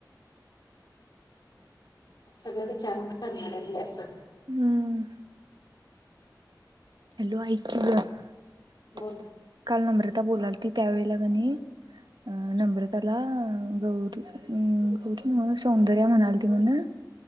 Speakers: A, on the left; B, on the right.
A: सगळं विचारून करणार आहे असं
B: हम्म हॅलो ऐक की गं
A: बोल
B: काल नम्रता बोलालती त्यावेळेला की नई अं नम्रताला अं गौरी म्म गौरी <unintelligible> सौंदरय म्हणालती म्हणं